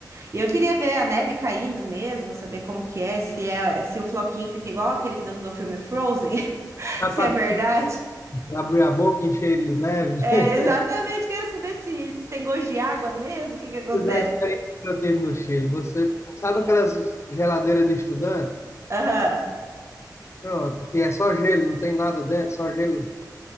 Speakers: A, on the right (about 40°); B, on the left (about 40°).
A: E eu queria ver a neve caindo mesmo, saber como que é, se é, se o floquinho fica igual aquele do, do filme Frozen, <laughs>
B: para
A: se é verdade.
B: abrir a boca e encher ele de neve.
A: É,
B: <laughs>
A: exatamente, quero saber se, se tem gosto de água mesmo, o que que acontece.
B: Pois é, a experiência que eu tive no Chile. Você sabe aquelas geladeiras de estudante?
A: Aham.
B: Pronto, que é só gelo, não tem nada dentro, só gelo.